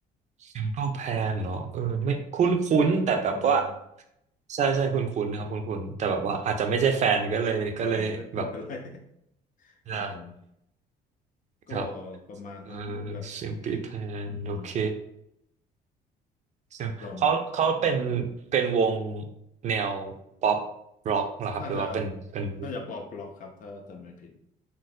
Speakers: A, on the right; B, on the left.
A: Temple Plan เนาะเออไม่คุ้นคุ้นแต่แบบว่า
B: คุณคุณใช่ไหม
A: ใช่ใช่คุ้นคุ้นนะครับคุ้นคุ้นแต่แบบว่าอาจจะไม่ใช่แฟนก็เลยก็เลยแบบ
B: เออไม่ไม่เป็นไร <laughs> ครับผม
A: ได้
B: ก็
A: ครับ
B: ประมาณนั้นแบบ
A: เออ Simply Plan
B: อืม
A: โอเคซึ่งเขาเขาเป็น
B: ลอง
A: เป็นวงแนวป๊อปร็อกเหรอครับหรือว่าเป็นเป็น
B: น่าจะน่าจะปอบล็อกครับถ้าจำไม่ผิด